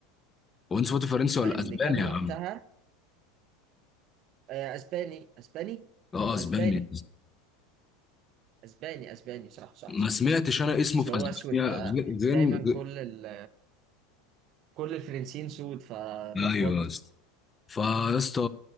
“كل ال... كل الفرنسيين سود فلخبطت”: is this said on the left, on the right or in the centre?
Right